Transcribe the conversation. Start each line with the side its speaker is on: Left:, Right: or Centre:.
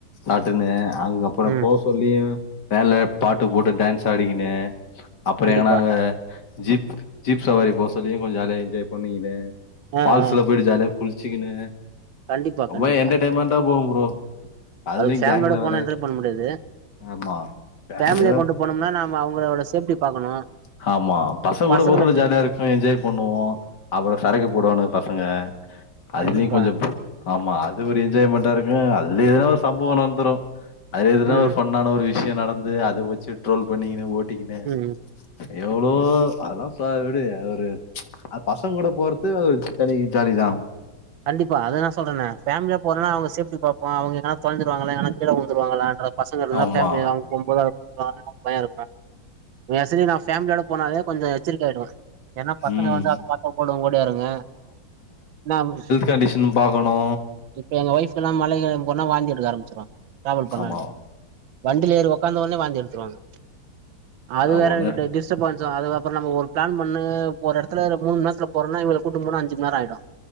Left: அதுனு அங்க புறோ
Right: ம்
Left: போ சொல்லியு வேன்ல பாட்டு போட்டு டான்ஸ் ஆடிகின்னு அப்புடேயே
Right: கண்டிப்பா
Left: நாங்க ஜீப்புக்கு ஜீப் சவாரி போ சொல்லி கொஞ் ஜாலியா என்ஜாய் பண்ணிகினு
Right: ஆ
Left: ஃபால்ஸில
Right: ஆ
Left: போய்ட்டு ஜாலியா குள்ச்சிகினு
Right: கண்டிப்பா
Left: ரொம்பா
Right: கண்டிப்பா
Left: என்டர்டெய்ன்மென்ட்டா போகு ப்ரோ அதுல்யு
Right: அதுக்கு ஃபேமிலியோட
Left: கேங்ல
Right: போனா
Left: வேற
Right: என்ஜாய் பண்ண முடியாது
Left: ஆமா யாரூ
Right: ஃபேமிலிய கொண்டு போனோம்னா நாம அவங்களோட சேஃப்டி பாக்கணு
Left: ஹாமா பசங்கூட
Right: பசங்கள
Left: போறது ஜாலியா இரு என்ஜாய் பண்ணுவோ அப்றோ சரக்கு போடுவானுக பசங்க அதுல்யு
Right: கண்டிப்பா
Left: கொஞ்சோ ஆமா அது ஒரு என்ஜாய்மெண்ட்டா இருக்கு அதுல எதுனா ஒரு சம்பவோ நந்துரு அது எதுனா
Right: ம்
Left: ஒரு ஃபன்னான ஒரு விஷ்யோ நடந்து அத வச்சு ட்ரோல் பண்ணிக்கினு ஓட்டிக்கினு
Right: ம்
Left: எவுளோ அதுலா ஃப்ரீயா விடு அது ஒரு அ பசங்கூட போறது அது ஒரு தனி ஜாலிதா
Right: கண்டிப்பா அத நா சொல்றனே ஃபேம்லியா போறோனா அவுங்க சேஃப்டி பாப்போ அவுங்க எதுனா தொலஞ்சுருவாங்கலா எங்கனா கீழ உழ்ந்துருவாங்கலான்ற பசங்க இருந்தா
Left: ஆமா
Right: ஃபேமிலினா அவ்ங்கும்போகாதே <unintelligible> பயோ இருக்கு யாசுச்சினா ஃபேமிலியோட போனாலே கொஞ்சோ எச்சரிக்கை ஆய்டுவ ஏனா பசங்க
Left: ம்
Right: வந்து அத பாத்தா கூட ஓடியாருங்க நம்
Left: கண்டிஷின் பாக்கணு
Right: இப்ப எங்க ஒய்ஃபுலா மல ஏரு போனா வாந்தி எடுக்க ஆரமிச்சிர்வாங்க டிராவல் பண்ணாலே
Left: ஆமா
Right: வண்டில ஏறி ஒக்காந்தோனே வாந்தி எடுத்துருவாங்க அது
Left: அதா
Right: வேற
Left: ஒண்ணு
Right: கிட்டு டிஸ்டபன்ஸு அதுக்கப்புறு நம்ம ஒரு பிளான் பண்ணு ஒரு எடுத்துல மூண்ம் நேர்த்ல போறனா இவுங்கில கூட்டு போனா அஞ்சும் நேரோ ஆய்டு